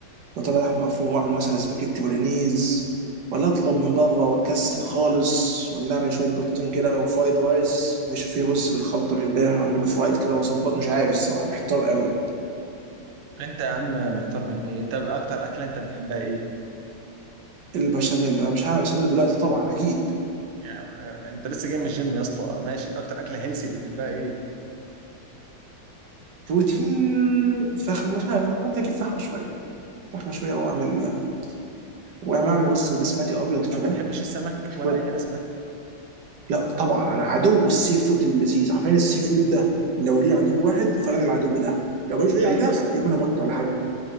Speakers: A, on the right; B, on the right.
A: واطلع لحم مفروم واعمل مثلا سباكيتي بولينيز ولا اطلب من بره واكسل خالص ولا اعمل شويه بيضتين كده او فرايد رايس مش فيه رز بالخلطه من امبارح واعمله فرايد كده واظبط مش عارف الصراحه محتار قوي
B: انت يا عم محتار من ايه انت اكتر اكلة انت بتحبها ايه
A: البشاميل انا مش عارف البشاميل دلوقتي طبعا اكيد
B: يعني انت لسه جاي من الجيم يا اسطى ماشي اكتر اكله هيلسي بتحبها ايه
A: بروتين فخم مش عارف ممكن اجيب فخمه شويه فخمه شويه واعمل واعمل اعمل وز بسمتي ابيض كده
B: ما بتحبش السمك
A: وشويه
B: ولا اي اسماك
A: لا طبعا انا عدو السي فود اللذيذ عارفين السي فود ده لو ليه عدو واحد فانا العدو ده لو ملوش اي
B: ليه
A: عداء
B: يا اسطى
A: يبقى انا مت ولا حاجه